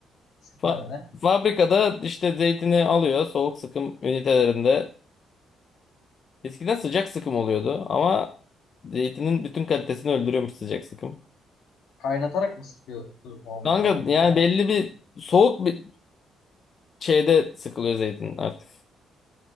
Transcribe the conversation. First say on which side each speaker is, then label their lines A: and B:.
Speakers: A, on the left (about 80°); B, on the left (about 50°).
A: Sıkma
B: Fa-
A: öyle.
B: fabrikada işte zeytini alıyor soğuk sıkım ünitelerinde. Eskiden sıcak sıkım oluyordu ama zeytinin bütün kalitesini öldürüyormuş sıcak sıkım.
A: Kaynatarak mı sıkıyordu? O,
B: Kanka
A: oradaki
B: yani
A: man-
B: belli bir soğuk bir şeyde sıkılıyor zeytin artık.